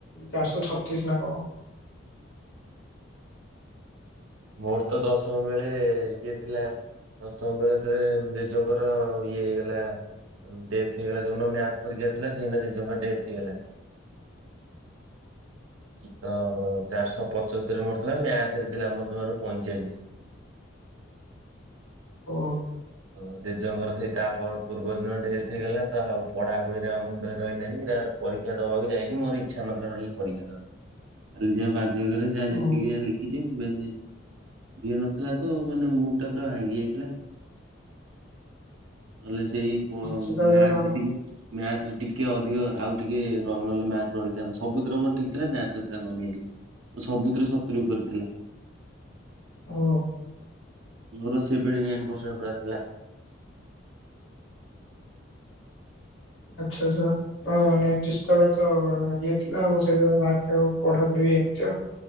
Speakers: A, on the left; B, on the right.
A: ଚାରଶହ ଛତିଶ ନା କଣ।
B: <inaudible> ମୋର ତ ଦଶମ ବେଳେ ଇଏ ଥିଲା ଦଶମ ବେଳେ ଚେ-ଉଁ, ଜେଜେଙ୍କର ଇଏ ହେଇଗଲା ଅଁ, ଡେଥ୍ ହେଇଗଲା ଯୋଉନ ମ୍ୟାଥ୍ ପରୀକ୍ଷା ଥିଲା ସେଇନ ଜେଜେଙ୍କ ଡେଥ୍ ହେଇଗଲା। ତ ଚାରଶହ ପଚସ୍ତରୀ ମୋର ଥିଲା ମ୍ୟାଥ୍ ରେ ଥିଲା ମୋର ଜମାରୁ ପଇଁଚାଳିଶ।
A: ଓହୋ!
B: ହଁ ଜେଜେଙ୍କର ସେଇ ତା ପ-ପୂର୍ବ ଦିନ ଡେଥ୍ ହେଇଗଲା ତ ଆଉ ପଢା ପଢିରେ ଆଉ ମୁଣ୍ଡ ରହିଲାନି ତାର ପରୀକ୍ଷା ଦବାକୁ ଯାଇଚି ମୋର ଇଚ୍ଛା ନଥିଲା ଟୋଟାଲ। ପରୀକ୍ଷା ଦବାକୁ। ଖାଲି ଯାହା ବାଧ୍ୟକରେ ଯାହା
A: ଓ
B: ଯେତିକି ଯାହା ଲେଖିଚି ମେନେ ଇଏ ନଥିଲା ତ ମାନେ ମୁ ଟା ପୁରା ଭାଙ୍ଗି ଯାଇଥିଲା। ନହେଲେ ସେଇ ପ-ମ୍ୟାଥ୍
A: ସେତେବେଳେ
B: ରେ ଟିକେ ମ୍ୟାଥ୍ ରେ ଟିକେ ଅଧିକ ଆଉ ଟିକେ ର-ନହଲେ ମାର୍କ ରହିଥାନ୍ତା। ସବୁଥିରେ ମୋର ଠିକ୍ ଥିଲା ମ୍ୟାଥ୍ ରେ ପୁରା କମିଯାଇଥିଲା। ଓ ସବୁଥିରେ ସତୁୁରି ଉପରେ ଥିଲା।
A: ଏ ମୋ
B: ମୋର ସେଭେଣ୍ଟି ନାଇନ୍ ପରସେଣ୍ଟ ପ୍ରାଏ ଥିଲା।
A: ଆଛା ଜା ଅ ମାନେ <unintelligible> ଇଏଥିଲା, ଆଉ ସେ ମା ଆଉ ପଢାପୁଢି ହେଇନଥିଅ।